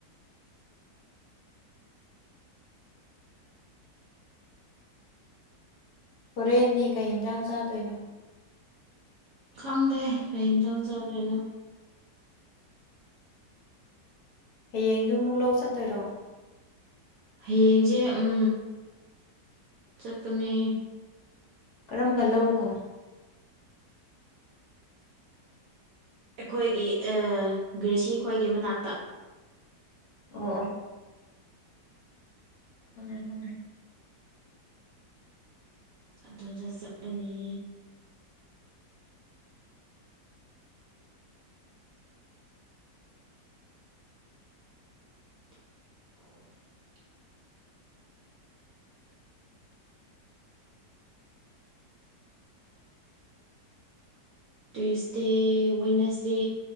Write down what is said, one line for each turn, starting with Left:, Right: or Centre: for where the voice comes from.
Left: ꯍꯣꯔꯦꯟꯗꯤ ꯀꯩ ꯏꯟꯖꯥꯡ ꯆꯥꯗꯣꯏꯅꯣ
Right: ꯈꯪꯗꯦ ꯀꯩ ꯌꯦꯟꯁꯥꯡ ꯆꯥꯗꯣꯏꯅꯣ
Left: ꯍꯌꯦꯡꯁꯨ ꯑꯃꯨꯛ ꯂꯧ ꯆꯠꯇꯣꯏꯔꯣ
Right: ꯍꯌꯦꯡꯁꯦ ꯎꯝ ꯆꯠꯀꯅꯤ
Left: ꯀꯔꯝꯕ ꯂꯧꯅꯣ
Right: ꯑꯩꯈꯣꯏꯒꯤ ꯒ꯭ꯔꯦꯁꯤ ꯈ꯭ꯋꯣꯏꯒꯤ ꯃꯅꯥꯛꯇ
Left: ꯑꯣ ꯈꯪꯉꯦ ꯈꯪꯉꯦ
Right: ꯑꯗꯨꯗ ꯆꯠꯂꯅꯤ <inaudible> ꯇ꯭ꯋꯤꯁꯗꯦ ꯋꯦꯠꯅꯁꯗꯦ